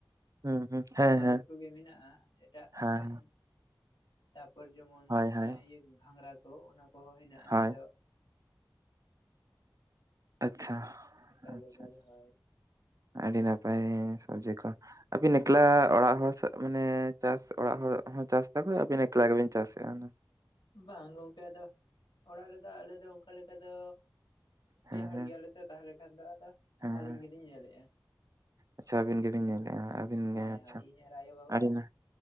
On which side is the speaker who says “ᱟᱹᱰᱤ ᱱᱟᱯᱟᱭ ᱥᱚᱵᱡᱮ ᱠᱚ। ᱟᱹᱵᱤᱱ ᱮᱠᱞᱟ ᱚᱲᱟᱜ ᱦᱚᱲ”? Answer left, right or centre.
Right